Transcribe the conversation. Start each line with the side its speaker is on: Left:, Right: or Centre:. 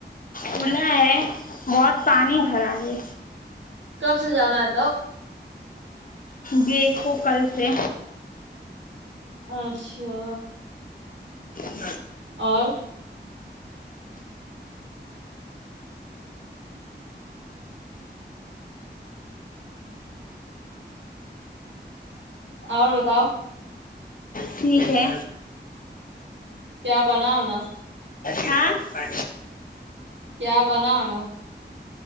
Left: کھلا ہے بہت پانی بھرا ہے
Right: کب سے جانا ہے تو
Left: دیکھو کل سے
Right: اچھا
Left: <inaudible> <inaudible> <inaudible>
Right: اور اور بتاؤ
Left: ٹھیک ہے
Right: کیا بناو نا
Left: ہاں <unintelligible> ہ
Right: کیا بنا ہونا